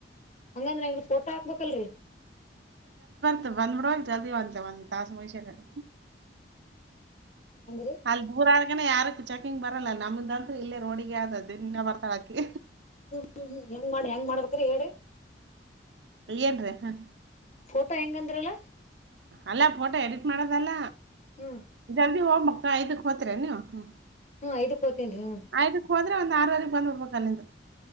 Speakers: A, on the left (about 40°); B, on the right (about 75°).
A: ಹಂಗಂದ್ರಾ ಎಂಗಾ ರಿ ಫೋಟೋ ಹಾಕ್ಬೇಕಲ್ರರಿ.
B: ಬಂದ್ಬಿಡಬೇಕು ಜಲ್ದಿ ಒಂದ ಬಂದ ತಾಸು ಮುಗಿಸಿ ಅಕೆಡಿ.
A: ಹಂಗ್ರಿ
B: ಅಲ್ ದೂರ ಯ ಯಾರಕ್ ಚೆಕಿಂಗ್ ಬರಲ್ಲ ನಮ್ದಂತ್ರೂ ಇಲ್ಲೇ ರೋಡಿಗೆ ಆದ ದಿನ್ನ ಬರ್ತಾಳಕಿ.
A: ಹ್ಮ್ ಹ್ಮ್ ಹ್ಮ್ ಹೆಂಗ ಮಾಡಿ ಹೆಂಗ್ ಮಾಡ್ಬೇಕಿ ಹೇಳ್ರಿ.
B: ಏನ್ರಿ ಹ್ಹ್.
A: ಫೋಟೋ ಹೆಂಗಂದ್ರಲ್ಲ.
B: ಅಲ್ಲಾ ಫೋಟೋ ಎಡಿಟ್ ಮಾಡದಲ್ಲ
A: ಹ್ಮ್
B: ಜಲ್ದಿ ಹೋಗಮ ಐದಕ್ ಹೊತ್ರಿ ಏನ್ ನೀವು ಹ
A: ಹ್ಮ್ ಐದಕ್ ಹೋತೇನ್ರಿ ಹ್ಮ್
B: ಐದಕ್ ಹೋದ್ರೆ ಒಂದ್ ಆರವರೆ. <unintelligible> ಬರ್ಬೇಕ ಅಲ್ಲಿಂದ.